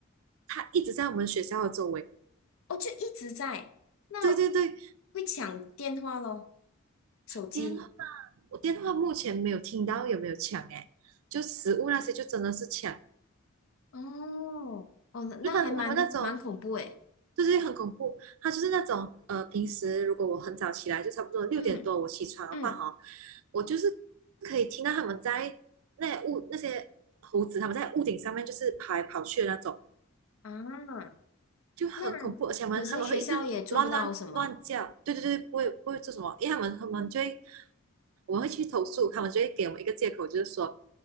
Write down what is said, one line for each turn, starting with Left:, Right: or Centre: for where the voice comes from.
Right: 它一直在我们学校的周围，
Left: 哦，就一直在，那
Right: 对对对，
Left: 会抢电话咯，手机，
Right: 电话，我电话目前没有听到有没有抢哎，就食物那些就真的是抢，
Left: 哦，哦，那那还蛮蛮恐怖诶，
Right: 就他他们那种就是很恐怖，他就是那种呃，平时如果我很早起来，就差不多六点多我起床的话哈，
Left: 嗯嗯
Right: 我就是可以听到他们在那屋那些猴子他们在屋顶上面就是跑来跑去的那种，
Left: 啊，
Right: 就很恐怖，
Left: 那
Right: 而且他们他们会一直乱乱乱叫，
Left: 可是学校也做不到什么
Right: 对对对，不会不会做什么，因为他们他们就会我们会去投诉，他们就会给我们一个借口，就是说，